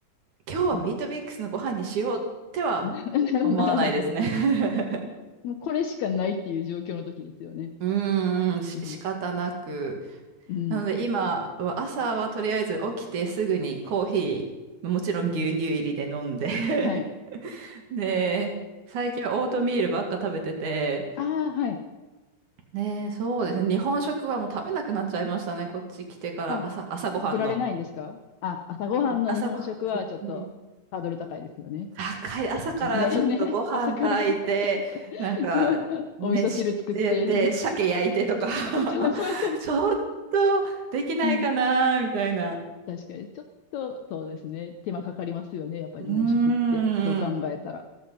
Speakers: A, on the right; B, on the left.
A: 今日はビートミックスのご飯にしようっては
B: うん。<laughs> な、
A: 思わないですね。
B: ならない。
A: <laughs>
B: もうこれしかないっていう状況の時ですよね。
A: うーん、し、
B: うん。
A: 仕方なく。
B: うん。
A: なので今は朝はとりあえず起きてすぐにコーヒー、もちろん牛乳入りで飲んで
B: うん。はい。
A: <laughs> で、最近はオートミールばっか食べてて、
B: ああ、はい。
A: ね、そうですね。
B: うん。
A: 日本食はもう食べなくなっちゃいましたね。こっち来てから朝、
B: あ、
A: 朝ごはんの。
B: 作られないんですかあ、朝ごはんの日本食はちょっとハードル高いですよね。
A: うん朝ごはん、うん。高い。朝からちょっとご飯炊いて、
B: ねえねえ、朝から <laughs>
A: なんか、
B: そう、
A: ね、
B: お味噌汁作って、
A: しやって、
B: みたいな。
A: 鮭焼いてとか
B: そうそうそう。
A: <laughs> ちょっとできないかな、
B: うん
A: みたいな。
B: 確かに、ちょっと、そうですね。手間かかりますよね。やっぱり日本食って。
A: うーん。
B: そう考えたら。